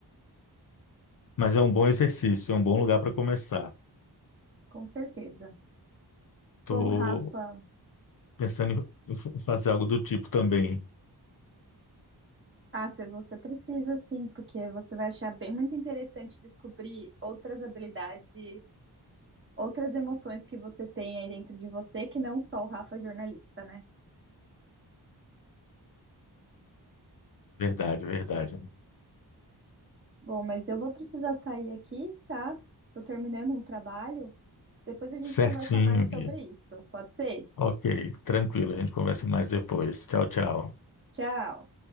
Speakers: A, on the left; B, on the right.
A: Mas é um bom exercício, é um bom lugar para começar.
B: Com certeza.
A: Estou
B: Bom, Rafa,
A: pensando em em fa- fazer algo do tipo também.
B: ah, se você precisa sim, porque você vai achar bem muito interessante descobrir outras habilidades e outras emoções que você tem aí dentro de você, que não só o Rafa jornalista, né?
A: Verdade, verdade.
B: Bom, mas eu vou precisar sair aqui, tá? Tô terminando um trabalho. Depois a gente
A: Certinho,
B: conversa mais
A: Bia.
B: sobre isso. Pode ser?
A: Ok, tranquilo, a gente conversa mais depois. Tchau, tchau.
B: Tchau.